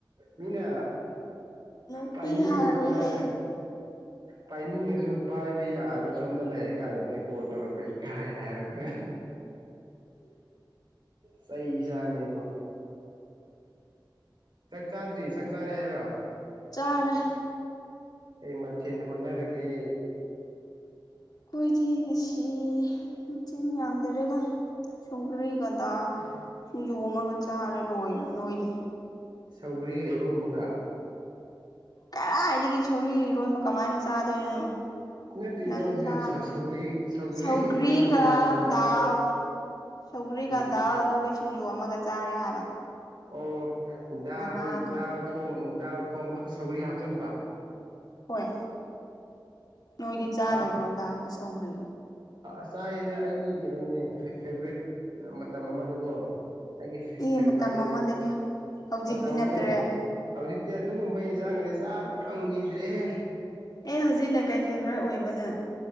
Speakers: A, on the right; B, on the left.
A: ꯃꯤꯅ
B: ꯅꯣꯛꯄ
A: ꯄꯥꯏꯅꯤꯡꯉꯁꯨ
B: ꯌꯥꯔꯣꯏꯌꯦ
A: ꯄꯥꯏꯕ ꯄꯥꯏꯅꯤꯡꯉꯁꯨ ꯄꯥꯏꯕ ꯌꯥꯔꯦ ꯑꯗ ꯁꯣꯝꯗ ꯂꯩꯔꯤ ꯀꯥꯟꯗ ꯄꯣꯠ ꯇꯧꯔꯛꯄ ꯏꯀꯥꯏꯔꯦ ꯍꯥꯏꯔꯔꯕ ꯆꯩꯁꯅꯦꯕ ꯆꯠ ꯆꯥꯗ꯭ꯔꯤ ꯆꯠ ꯆꯥꯗ꯭ꯔꯤ ꯍꯥꯏꯔ
B: ꯆꯔꯦ
A: ꯀꯩ ꯃꯊꯦꯜ ꯍꯣꯠꯅꯔꯒꯦ
B: ꯑꯩꯈꯣꯏꯗꯤ ꯉꯁꯤ ꯃꯁꯤꯡꯤꯟ ꯌꯥꯝꯗ꯭ꯔꯦꯗ ꯁꯨꯡꯀ꯭ꯔꯔꯤꯒꯗ ꯁꯤꯡꯖꯣꯝ ꯑꯃꯒ ꯆꯥꯔ ꯂꯣꯏꯔꯦ ꯅꯣꯏꯗꯤ
A: ꯁꯧꯒ꯭ꯔꯤꯒ ꯏꯔꯣꯟꯝꯕꯒ
B: ꯀ ꯏꯗꯤ ꯆꯨꯔ ꯑꯔꯣꯟꯕ ꯀꯃꯥꯏꯅ ꯆꯥꯗꯣꯏꯅꯅꯣ
A: ꯅꯠꯇꯦ
B: ꯅꯪ
A: ꯍꯧꯖꯤꯛ
B: ꯆꯥꯕ꯭ꯔꯥ
A: ꯌꯥꯝ ꯁꯧꯒ꯭ꯔꯤ ꯁꯧꯒ꯭ꯔꯤ
B: ꯁꯧꯒ꯭ꯔꯤꯒ
A: ꯏꯔꯣꯟꯕ ꯍꯥꯏꯕ ꯅꯠꯇ꯭ꯔꯣ
B: ꯗꯥꯜ ꯁꯧꯒ꯭ꯔꯤꯒ
A: ꯑꯦ
B: ꯗꯥꯜ ꯑꯗꯨꯒ ꯁꯤꯡꯖꯨ ꯑꯃꯒ ꯆꯥꯔꯦ ꯍꯥꯏꯕ
A: ꯑꯣ ꯗꯜ
B: ꯅꯅꯥꯗꯣ
A: ꯗꯜ ꯊꯣꯡ ꯗꯥꯜ ꯊꯣꯡꯕꯗ ꯁꯧꯒꯔꯤ ꯍꯥꯞꯆꯤꯟꯕ
B: ꯍꯣꯏ ꯅꯣꯏꯗꯤ ꯆꯥꯗꯕ꯭ꯔꯣ
A: ꯍꯥꯎ
B: ꯗꯥꯒ ꯁꯧꯒ꯭ꯔꯤ
A: ꯆꯥꯏꯁꯤꯅ ꯑꯩꯒꯤ ꯀꯩꯅꯣꯅꯤꯅꯦ ꯐꯦꯕꯣꯔꯔꯤꯠ ꯃꯇꯝ ꯑꯃꯗꯀꯣ ꯑꯩꯒꯤ
B: ꯑꯦ
A: ꯐꯦꯚꯣꯔꯥꯏꯠ
B: ꯃꯇꯝ
A: ꯑꯣꯏ
B: ꯑꯃꯗꯅꯦ ꯍꯧꯖꯤꯛꯇꯤ
A: ꯃꯇꯝ ꯑꯃꯅꯦ
B: ꯅꯠꯇ꯭ꯔꯦ
A: ꯍꯧꯖꯤꯛ ꯑꯗꯨꯒꯗꯨꯨꯝꯕꯩꯖꯥꯡꯒꯦ ꯆꯥꯕ ꯐꯪꯈꯤꯗ꯭ꯔꯦꯍꯦ
B: ꯑꯦ ꯍꯧꯖꯤꯛꯅ ꯀꯩ ꯐꯦꯚꯔꯥꯏꯠ ꯑꯣꯏꯕꯅ